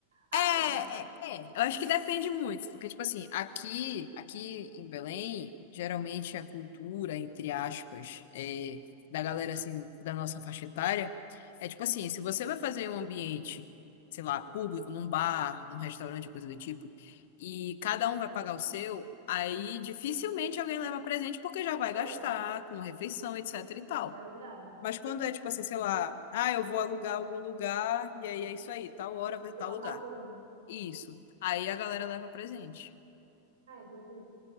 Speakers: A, on the right; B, on the left.
A: Assim,
B: É, é, é. Eu acho que depende muito, porque, tipo assim, aqui, aqui em Belém, geralmente a cultura, entre aspas, é, da galera, assim, da nossa faixa etária, é tipo assim, se você vai fazer em um ambiente, sei lá, público, num bar, num restaurante, coisa do tipo, e cada um vai pagar o seu, aí dificilmente alguém leva presente porque já vai gastar
A: é,
B: com refeição, etc e tal.
A: é verdade.
B: Mas quando é tipo assim, sei lá, ah, eu vou alugar algum lugar, e aí é isso aí, tal hora
A: Você
B: vai tal
A: bancar
B: lugar.
A: tudo, né?
B: Isso. Aí a galera leva presente.
A: Ah, entendi.